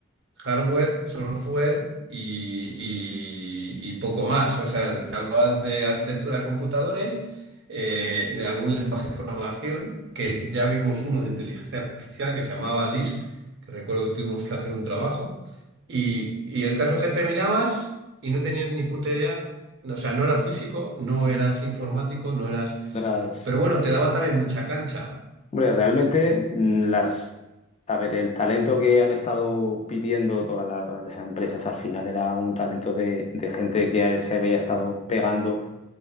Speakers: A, on the right (about 55°); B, on the left (about 30°).
A: hardware, software y, y- y poco más. O sea, te hablaban de arquitectura de computadores, eh, de algún lenguaje de programación, que ya vimos uno de inteligencia artificial que se llamaba Lisp, que recuerdo que tuvimos que hacer un trabajo. Y, y el caso es que terminabas y no tenías ni puta idea, o sea, no eras físico, no eras informático, no eras...
B: gracias.
A: Pero bueno, te daba también mucha cancha.
B: Hombre, realmente mm, las, a ver, el talento que han estado pidiendo todas las grandes empresas al final era un talento de, de gente que se había estado pegando